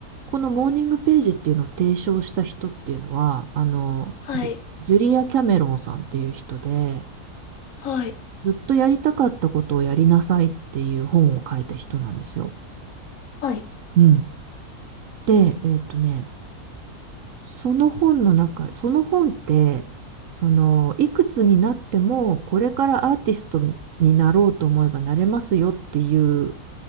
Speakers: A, on the right; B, on the left.
A: このモーニングページっていうのを提唱した人っていうのは、あの、
B: はい。
A: ジュ、ジュリア・キャメロンさんっていう人で、
B: はい。
A: ずっとやりたかったことをやりなさいっていう本を書いた人なんですよ。
B: はい。
A: うん。で、えっとね、その本の中、その本って、その、いくつになっても、これからアーティストにになろうと思えばなれますよっていう